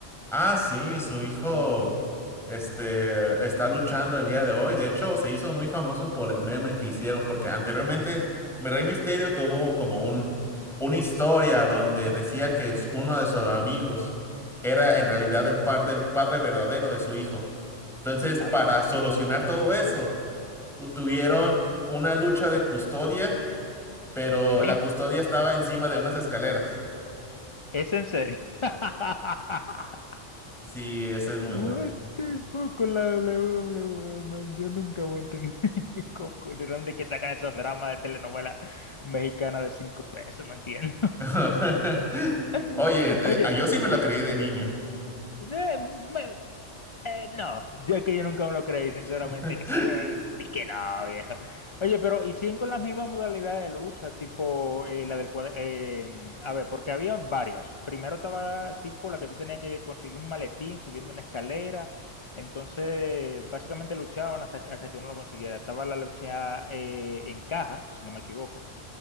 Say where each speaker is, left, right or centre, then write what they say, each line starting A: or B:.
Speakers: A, in the centre; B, on the left (about 35°).
A: Ah, sí, su hijo este, está luchando el día de hoy. De hecho, se hizo muy famoso por el meme que hicieron, porque anteriormente Rey Misterio tuvo como un, una historia donde decía que es uno de sus amigos era en realidad el par de- padre verdadero de su hijo. Entonces,
B: Ah,
A: para
B: voy. <laughs>
A: solucionar todo eso, tu- tuvieron una lucha de custodia, pero
B: ¿Qué?
A: la custodia estaba encima de unas escaleras.
B: ¿Es en serio? <laughs>
A: Sí, esa es muy
B: What
A: buena.
B: the fuck con la WWE, man. Yo nunca voy a entender <laughs> con- con- de dónde que sacan esos dramas de telenovela mexicana de cinco pesos, no entiendo.
A: <laughs>
B: <laughs>
A: Oye, eh,
B: Oye,
A: ah, yo sí me lo creí de niño.
B: eh, me- eh, no, yo es que yo nunca me lo creí, sinceramente,
A: <laughs>
B: que sé, es que no, viejo. Oye, pero y siguen con las mismas modalidades de lucha, tipo eh, la del cuadro, a ver, porque había varias. Primero estaba tipo la que tú tenías que conseguir un maletín subiendo una escalera, entonces básicamente luchaban hasta, que- hasta que uno lo consiguiera. Estaba la lucha eh, en caja, si no me equivoco